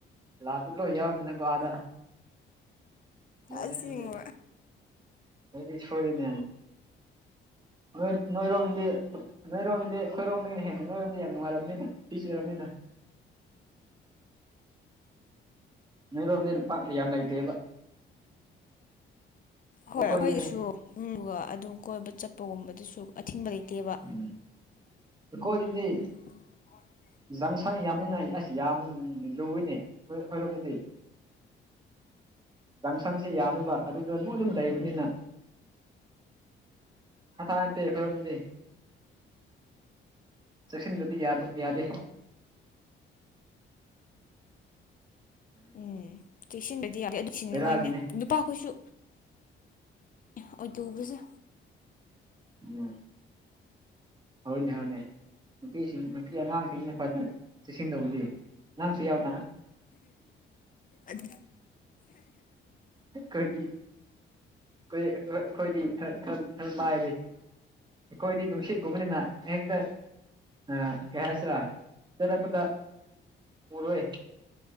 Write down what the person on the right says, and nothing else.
ꯂꯥꯁꯇ ꯂꯣꯏ ꯌꯥꯎꯗꯅꯀꯣ ꯑꯥꯗ ꯂꯣꯏꯔꯦ
ꯑꯗꯨꯗꯤ
ꯅꯣꯏꯗꯤ ꯁꯣꯏꯔꯣꯏꯅꯦ ꯅꯣꯏ ꯅꯣꯏꯔꯣꯝꯗꯤ ꯅꯣꯏꯔꯣꯝꯗꯤ ꯑꯩꯈꯣꯏꯔꯣꯝꯗꯒꯤꯅ ꯍꯦꯟꯅ ꯅꯣꯏꯔꯣꯝꯗꯤ ꯌꯥꯝ ꯅꯨꯡꯉꯥꯏꯔꯕꯅꯤꯗ ꯄꯤꯁ ꯑꯣꯏꯔꯕꯅꯤꯗꯅ ꯅꯣꯏꯔꯣꯝꯗꯤ ꯄꯥꯛ ꯌꯥꯝ ꯂꯩꯇꯦꯕ
ꯑꯩꯈꯣꯏꯗꯤꯅꯦ
ꯎꯝ ꯑꯩꯈꯣꯏꯗꯗꯤ
ꯖꯪꯁꯟ ꯌꯥꯝꯃꯤꯅ ꯑꯁ ꯌꯥꯝ ꯂꯨꯏꯅꯦ ꯑꯩꯈꯣꯏ ꯑꯩꯈꯣꯏꯔꯣꯝꯗꯗꯤ ꯖꯪꯁꯟꯁꯦ ꯌꯥꯝꯃꯤꯕ ꯑꯗꯨꯗ ꯃꯣꯏ ꯑꯗꯨꯝ ꯂꯩꯕꯅꯤꯅ ꯊꯥꯊꯥ ꯅꯠꯇꯦ ꯑꯩꯈꯣꯏꯔꯣꯝꯗꯤ ꯆꯦꯛꯁꯤꯟꯕꯗꯤ ꯌꯥꯕꯨ ꯌꯥꯗꯦ
ꯕꯦꯔꯥꯒꯤꯅꯤ
ꯎꯝ ꯍꯣꯏꯅꯦ ꯍꯣꯏꯅꯦ ꯅꯨꯄꯤꯁꯤꯡ ꯅꯨꯄꯤ ꯑꯉꯥꯡꯁꯤꯡꯅ ꯈꯋꯥꯗ ꯆꯦꯛꯁꯤꯟ ꯇꯧꯕꯗꯤ ꯅꯪꯁꯨ ꯌꯥꯎꯅ
<unintelligible> ꯑꯩꯈꯣꯏ ꯑꯩꯈꯣꯏ ꯑꯩꯈꯣꯏꯗꯤ ꯈꯔ ꯈꯔ ꯈꯔ ꯂꯥꯏꯔꯦ ꯏꯈꯣꯏꯗꯤ ꯅꯨꯡꯁꯤ ꯀꯨꯝꯕꯅꯤꯅ ꯍ‌ꯦꯛꯇ ꯑꯥ ꯀꯩ ꯍꯥꯏꯁꯤꯔꯥ ꯆꯠꯔꯄꯗ ꯎꯔꯣꯏ